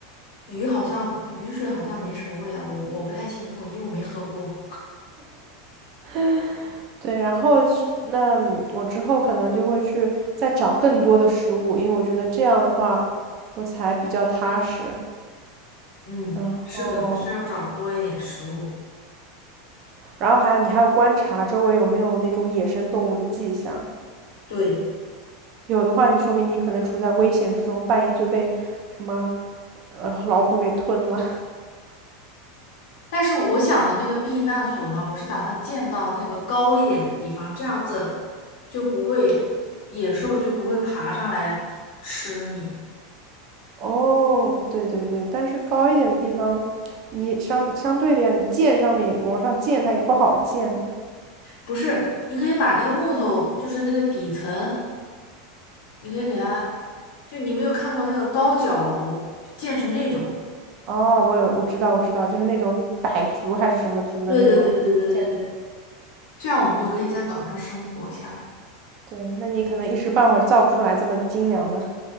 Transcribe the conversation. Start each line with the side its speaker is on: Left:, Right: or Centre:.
Left: 鱼好像雨水好像没什么味道，我我不太清楚，因为我没喝过。
Right: <laughs> 对。然后是那我之后可能就会去再找更多的食物，因为我觉得这样的话我才比较踏实。
Left: 嗯，
Right: 然后
Left: 是的，是要找多一点食物。
Right: 然后还有你还要观察周围有没有那种野生动物的迹象，
Left: 对，
Right: 有的话，你说明你可能处在危险之中，半夜就被什么呃老虎给吞了。
Left: 但是我想的那个避难所呢，我是打算建到那个高一点的地方，这样子就不会野兽就不会爬上来吃你。
Right: <laughs> 哦，对对对，但是高一点的地方，你相相对的呀，你箭上面往上箭，它也不好箭呢。
Left: 不是，你可以把那个木头，就是那个底层，你可以给它，就你没有看过那个高脚楼，就建成那种，
Right: 哦，我有，我知道，我知道，就是那种傣族还是什么族的那种建筑。
Left: 对对对对对对对，这样我们就可以在岛上生活下来。
Right: 对，那你可能一时半会儿造不出来这么精良的。